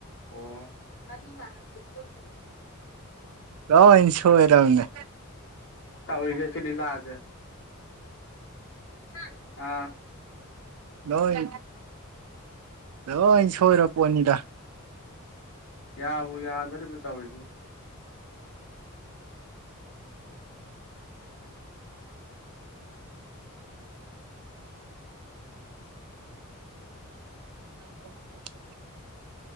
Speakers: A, on the left; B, on the right.
A: ꯑꯣ ꯉꯥꯔꯤ ꯉꯥꯟꯅꯕ <unintelligible>
B: ꯂꯣꯏꯟ ꯁꯣꯏꯔꯝꯅꯤ
A: <inaudible> ꯇꯧꯋꯤ ꯁꯦꯂꯤꯂꯁꯦ <unintelligible>
B: ꯂꯣꯏ ꯂꯣꯏ ꯁꯣꯏꯔ ꯄꯣꯠꯅꯤꯗ
A: ꯌꯥꯕꯨ ꯌꯥꯗꯣꯔꯤꯕ ꯇꯧꯔꯤꯁꯤꯕꯨ
B: <inaudible>